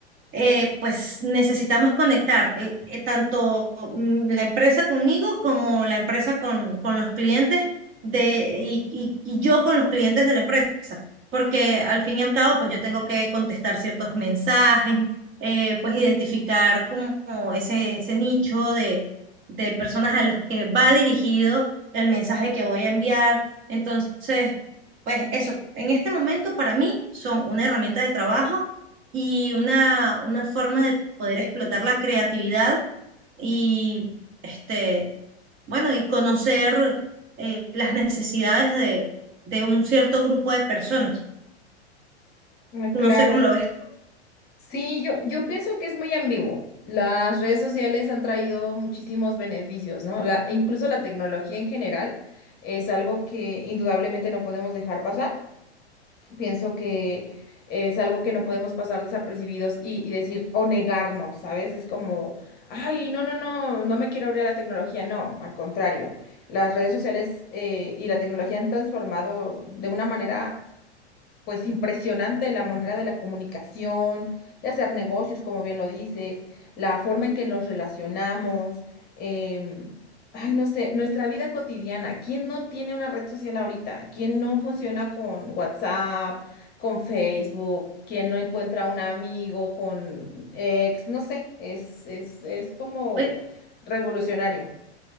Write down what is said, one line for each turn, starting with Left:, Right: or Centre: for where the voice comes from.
Right: eh, pues necesitamos conectar eh, eh, tanto mm, la empresa conmigo como la empresa con, con los clientes de, y, y- y yo con los clientes de la empresa, porque al fin y al cabo, pues yo tengo que contestar ciertos mensajes, eh, pues identificar como ese, ese nicho de, de personas a los que va dirigido el mensaje que voy a enviar. Entonces, pues eso, en este momento para mí son una herramienta de trabajo y una, una forma de poder explotar la creatividad y este, bueno, y conocer eh, las necesidades de, de un cierto grupo de personas.
Left: Ah,
Right: No
Left: Claro.
Right: sé cómo lo ves.
Left: Sí, yo, yo pienso que es muy ambiguo. Las redes sociales han traído muchísimos beneficios, ¿no? La, incluso la tecnología en general es algo que indudablemente no podemos dejar pasar. Pienso que es algo que no podemos pasar desapercibidos y, y decir o negarnos, ¿sabes? Es como, ay, no, no, no, no me quiero abrir a la tecnología. No, al contrario. Las redes sociales eh, y la tecnología han transformado de una manera pues impresionante la manera de la comunicación, de hacer negocios, como bien lo dices, la forma en que nos relacionamos, em, ay, no sé, nuestra vida cotidiana. ¿Quién no tiene una red social ahorita? ¿Quién no funciona con WhatsApp, con Facebook? ¿Quién no encuentra un amigo con ex? No sé, es, es, es como
Right: Uy,
Left: revolucionario.